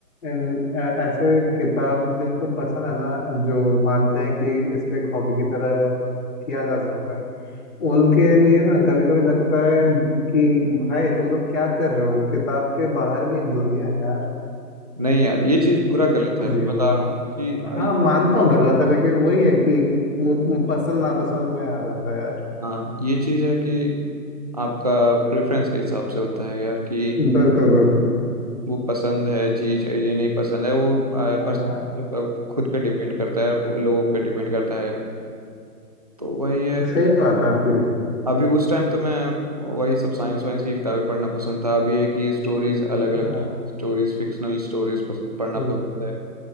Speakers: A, on the left; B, on the right.
A: इन ऐ- ऐसे किताब जिनको पसंद है ना जो मानते हैं कि इसको एक हॉबी की तरह किया जा सकता है उनके लिए ना कभी कभी लगता है कि भाई तुम लोग क्या कर रहे हो किताब के बाहर भी एक दुनिया है यार
B: नहीं यार ये चीज़ पूरा
A: तो
B: गलत है
A: जियो
B: मैं बता
A: यार
B: रहा हूँ कि
A: हाँ मानता हूँ गलत है लेकिन वही है कि वो पसंद नापसंद में आ जाता है यार
B: हाँ ये चीज़ है कि आपका प्रेफरेंस के हिसाब से होता है यार कि
A: बिल्कुल बिल्कुल
B: वो पसंद है चीज़ है ये नहीं पसंद है वो आ, पर
A: हाँ
B: मतलब खुद पे डिपेंड करता है लोगों पे डिपेंड करता है तो वही है
A: सही बात है आपकी
B: अभी उस टाइम तो मैं वही सब साइंस वाइंस की किताबें पढ़ना पसंद था अभी है कि स्टोरीज अलग अलग
A: हाँ
B: स्टोरीज फिक्शनल स्टोरीज पढ़ना
A: हम्म
B: पसंद है